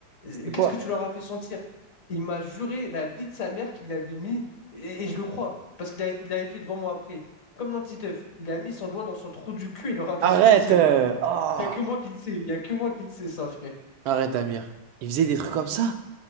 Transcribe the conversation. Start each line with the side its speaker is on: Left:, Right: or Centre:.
Left: Euh,
Right: C'était
Left: qu'est-ce
Right: quoi?
Left: que tu leur as fait sentir? Il m'a juré la vie de sa mère qu'il avait mis, et, et je le crois, parce qu'il a- il l'avait fait devant moi après. Comme l'antiteuf, il a mis son doigt dans son trou du cul et il leur a fait
Right: Arrête!
Left: sentir.
Right: euh, ah
Left: Il n'y a que moi qui le sais, il n'y a que moi qui le sais, ça, frère.
Right: Arrête, Amir. Il faisait des trucs comme ça?